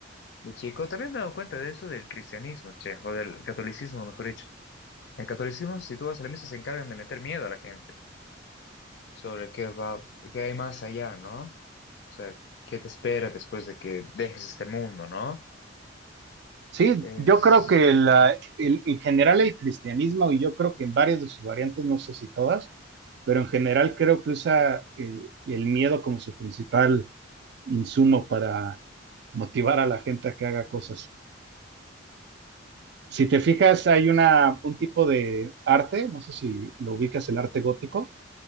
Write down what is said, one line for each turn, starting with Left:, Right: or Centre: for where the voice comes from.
Left: de chico, también me he dado cuenta de eso del cristianismo, che, o del catolicismo, mejor dicho. El catolicismo, si tú vas a la misa, se encargan de meter miedo a la gente sobre qué va, qué hay más allá, ¿no? O sea, qué te espera después de que dejes este mundo, ¿no?
Right: Sí,
Left: Es,
Right: yo creo que la- el- en general el cristianismo, y yo creo que en varias de sus variantes, no sé si todas, pero en general creo que usa el, el miedo como su principal insumo para motivar a la gente a que haga cosas. Si te fijas, hay una, un tipo de arte, no sé si lo ubicas, el arte gótico,